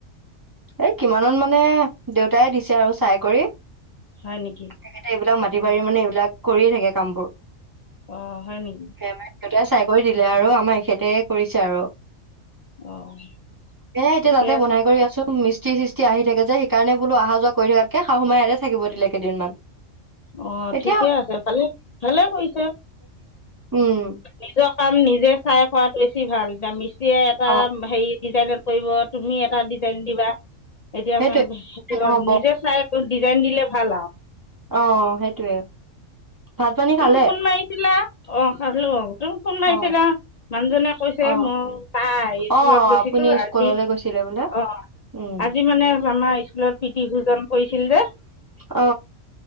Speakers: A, on the right (about 20°); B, on the left (about 80°).
A: ঐ কিমানত মানে, দেউতাই দিছে আৰু চাই কৰি।
B: হয় নেকি
A: তেখেতে এইবিলাক মাটি
B: অঁ
A: বাৰীৰ মানে এইবিলাক কৰিয়ে থাকে কামবোৰ।
B: অহ, হয় নেকি?
A: সেয়া মানে দেউতাই চাই কৰি দিলে আৰু আমাৰ এখেতে কৰিছে আৰু।
B: অঁ
A: এ এতিয়া
B: ঠিকে
A: তাতে বনাই কৰি আছো। মৃষ্টী-সৃষ্টি আহি থাকে যে সেইকাৰণে বো অহা-যোৱা কৰি থাকাতো শাহু মায়ে ইয়াতে থাকিব দিলে। কেইদিনমান।
B: অহ
A: এতিয়া
B: ঠিকে আছে, ভালে-ভালে কৰিছে।
A: উম।
B: নিজৰ কাম নিজে চাই খোৱাত বেছি ভাল। এতিয়া মি এে এটা
A: অ
B: হেৰি ডিজাইনত কৰিব, তুমি টা ডিজাইন দিবা। এতিয়া
A: সেইটোৱে
B: মানে সেইটো
A: নহ'ব
B: নিজে চাই ডিজাইন দিলে ভাল আৰু।
A: অহ সেইটোৱে। ভাত পানী
B: তুমি
A: খালে?
B: ফোন মাৰিছিলা। অহ, খালো আউ। তুমি ফোন মাৰিছিলা।
A: অ
B: মানুহজনে কৈছে
A: অ
B: মোৰ পাই স্কুলত
A: অ
B: গৈছিলো
A: আপুনি স্কুললৈ
B: আজি
A: গৈছিলে বোলে
B: অহ,
A: উম।
B: আজি মানে এজনৰ স্কুলত প্ৰীতি ভোজন কৰিছিল যে।
A: অ